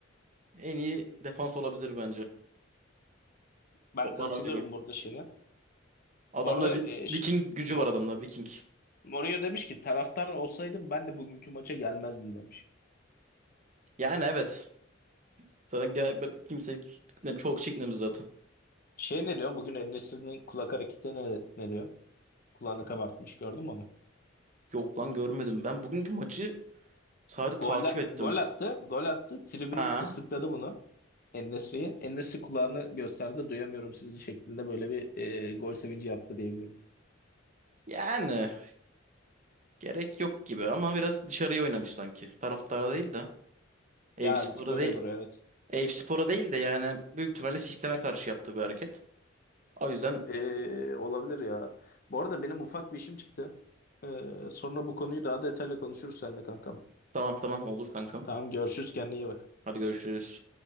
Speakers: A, on the right (about 40°); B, on the left (about 50°).
A: en iyi defans olabilir bence.
B: Ben
A: Ba-
B: katılıyorum
A: Bana öyle geliyor.
B: burada şeyine.
A: Adamda
B: Bu arada
A: Vi-
B: e, ş-
A: Viking gücü
B: Mor-
A: var adamda Viking.
B: Mourinho demiş ki taraftar olsaydım ben de bugünkü maça gelmezdim demiş.
A: Yani evet. Zaten gel- be- kimse çok çekmemiz zaten.
B: Şey ne diyorsun? Bugün En-Nesyri'nin kulak hareketi ne, ne diyorsun? Kulağını kabartmış gördün mü onu?
A: Yok lan görmedim. Ben bugünkü maçı sadece
B: Gol,
A: takip ettim.
B: gol attı. Gol attı. Tribün
A: Ha.
B: ıslıkladı bunu. En-Nesyri'ye. En-Nesri kulağını gösterdi duyamıyorum sizi şeklinde böyle bir e, gol sevinci yaptı diyebilirim.
A: Yani. Gerek yok gibi ama biraz dışarıya oynamış sanki. Taraftara değil de. Eyüp
B: Ya
A: Spor'a
B: bir tık öyle
A: değil,
B: doğru evet.
A: Eyüp Spor'a değil de yani büyük ihtimalle sisteme karşı yaptığı bir hareket. O yüzden
B: E, olabilir ya. Bu arada benim ufak bir işim çıktı. E, sonra bu konuyu daha detaylı konuşuruz seninle kankam.
A: tamam tamam olur kankam.
B: Tamam görüşürüz kendine iyi bak.
A: Hadi görüşürüz.